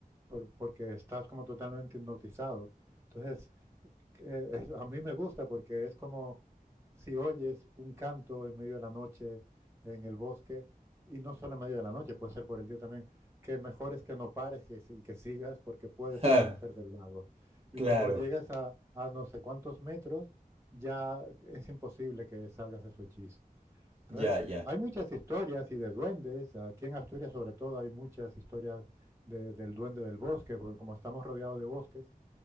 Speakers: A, on the right; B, on the right.
A: por- porque estás como totalmente hipnotizado. Entonces, eh, es- a mí me gusta porque es como si oyes un canto en medio de la noche en el bosque, y no solo en medio de la noche, puede ser por el día también, que mejor es que no pares que, si- que sigas porque puede ser
B: <laughs> ja,
A: la mujer del lago. Y
B: claro.
A: como llegas a, a no sé cuántos metros, ya es imposible que salgas de su hechizo. Entonces,
B: Ya, ya.
A: hay muchas historias y de duendes, aquí en Asturias sobre todo hay muchas historias de- del duende del bosque, porque como estamos rodeados de bosques,